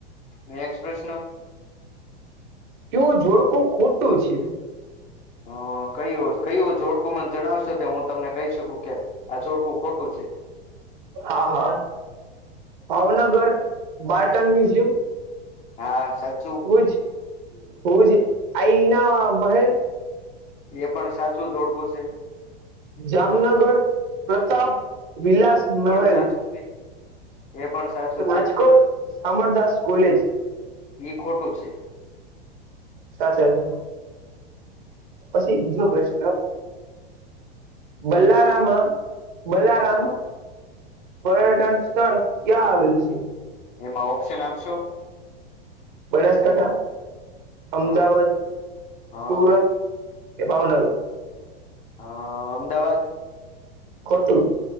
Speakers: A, on the left; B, on the right.
A: નેક્ પ્રશ્ન.
B: કેવું જોડકું ખોટું છે?
A: હ કયું કયું જોડકુમન જણાવશો તો હું તમને કહી શકું કે આ જોડકું ખોટું છે.
B: હા હા ભાવનગર, બાટન મ્યુઝિયમ
A: હા સાચું.
B: હુંજ હુંજ આઈના મહેલ
A: એ પણ સાચું જોડકું છે.
B: જામનગર પ્રતાપ વિલાસ
A: એ પણ
B: મહેલ
A: સાચું છે એ પણ સાચું
B: તો રાજકોટ
A: છે
B: સામરદાસ કોલેજ
A: એ ખોટું છે.
B: સાચા છે, પછી બીજો પ્રશ્ન. બલારામ બલારામ
A: હ
B: પર્યટન સ્થળ ક્યાં આવેલું છે?
A: એમાં ઓપ્શન આપશો?
B: બનાસકાંઠા, અમદાવાદ,
A: હા હા
B: સુરત કે ભાવનગર?
A: હ અમદાવાદ?
B: ખટું.